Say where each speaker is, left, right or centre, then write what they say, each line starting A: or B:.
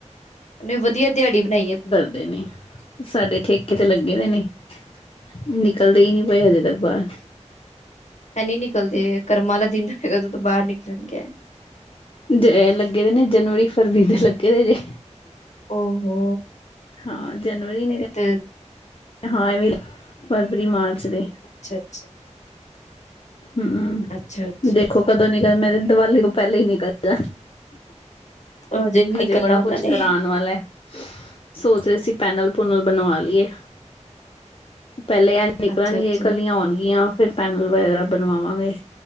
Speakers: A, on the left; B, on the left.
A: ਉਹਨੇ ਵਧੀਆ ਦਿਹਾੜੀ ਬਣਾਈ।
B: ਦੇਣੀ ਸਾਡੇ ਠੇਕੇ ਤੇ ਲੱਗੇ ਨੇ ਨੇ। ਨਿਕਲਦੇ ਹੀ ਨਹੀਂ ਪਏ ਹਜੇ ਤੱਕ ਬਾਹਰ।
A: ਹੈਨੀ ਨਿਕਲਦੇ। ਕਰਮਾਂ ਵਾਲਾ ਦਿਨ ਹੋਏਗਾ, ਜਦੋਂ ਤੋਂੋਂ ਬਾਹਰ ਨਿਕਲਣਗੇ।
B: ਜ ਲੱਗੇ ਦੇ ਨੇ ।ਜਨਵਰੀ, ਫਰਵਰੀ ਦੇ ਲੱਗੇ ਦੇ ਜੇ।
A: ਓਹੋ।।
B: ਹਾਂ ਜਨਵਰੀ ਨ
A: ਅਤੇ
B: ਹਾਂ ਵੀ ।ਫਰਵਰੀ ਮਾਰਚ ਦੇ।
A: ਅੱਛਾ ਅੱਛਾ! !
B: ਹਮ!
A: ਅੱਛਾ
B: !
A: ਅੱਛਾ
B: ਦੇਖ ਖੋ ਕਦੋਂ ਨੀਕਲ ।ਮੇਰੇ ਦੀਵਾਲੀ ਤੋਂ ਪਹਿਲਾਂ ਹੀ ਨਿਕਲਦਾ।
A: ਉਹ ਨੀ ਨਿਕਲਣਾ
B: ਹਜੇ ਬੜਾ
A: ਉਹਨਾਂ
B: ਕੁਛ
A: ਨੇ
B: ਕਰਾਉਣ ਵਾਲਾ ਹੈ। ਸੋਚ ਰਹੇ ਸੀ ਪੈਨਲ ਪੂਨਲ ਬਣਵਾ ਲਈਏ। ਪਹਿਲੇ ਐ ਨਿਕਲਣਗੇ
A: ਅੱਛਾ ਅੱਛਾ
B: ਕੱਲੀਆਂ ਹੋਣਗੀਆਂ ਫਿਰ ਪੈਨਲ ਵਗੈਰਾ ਬਣਵਾਵਾਂਗੇ।